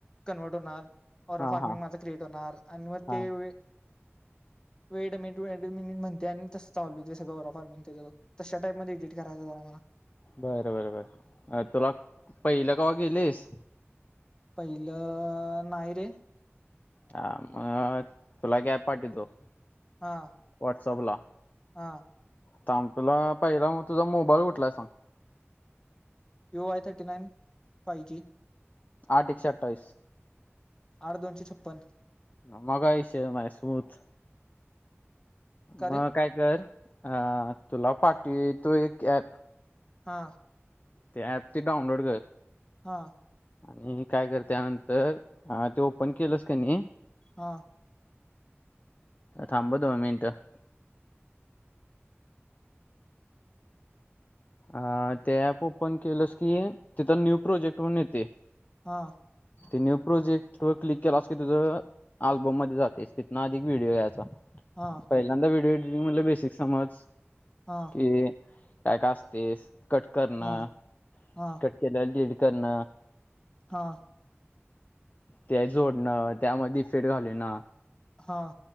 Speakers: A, on the left; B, on the left.
A: कन्वर्ट होणार ओरा
B: हा
A: फार्मिंग
B: हा
A: माझं क्रिएट होणार आणि मग
B: हा
A: ते वि वेड मिट वेमिट म्हणते आणि तसं चालू तें गौराव फारमिंग. तशा टाईपमध्ये एडिट करायचा बघा जरा.
B: बरं बर बर तुला पहिलं कवा केलयस.
A: पहिलं नाही रे!
B: ह मग तुला ॲप पाठिवतो?
A: हा.
B: व्हॉट्सअपला.
A: हा.
B: सांग तुला पहिला म तुझा मोबाईल कूठलाय सांग
A: U Y thirty nine five G.
B: आठ एकशे अठ्ठावीस.
A: आठ दोनशे छप्पन
B: हा म काय विषयच नाही स्मूथ
A: का
B: म
A: रे
B: काय कर अ तुला पाठीव त्यो एक ॲप
A: हा
B: ते ॲप ते डाउनलोड कर.
A: हा
B: आणि काय कर त्यानंतर ते ओपन केलंस कनी
A: हा
B: थांब ह दोन मिनिटं हा ते ऍप ओपन केलंस की तिथं न्यू प्रोजेक्ट म्हणून येतय
A: हा
B: ते न्यू प्रोजेक्ट वर क्लिक केलास की तुझं अल्बम मध्ये जातेस तिथंन अधिक व्हिडिओ घ्यायचा.
A: हा
B: पहिल्यांदा व्हडिओ एडिटिंगमधल बेसिक समज.
A: हा
B: ते काय काय असतेस कट करणं
A: हा हा
B: कट केलेलं डिलीट करण.
A: हा
B: ते जोडणं त्यामध्ये फेट घालीवन.
A: हा